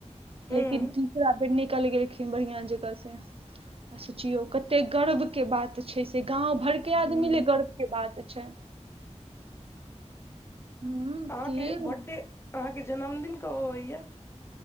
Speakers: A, on the left; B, on the right.
A: हूं
B: लेकिन। बेर निकल गेलखिन बढ़िया जगह से आ सोचियौ कते गर्व के बात छै से गाव भइर के
A: हूं
B: आदमी ले गर्व के बात छै। हूँ
A: अहाँकेँ
B: की
A: बर्थडे अहाँकेँ जन्मदिन कब होइये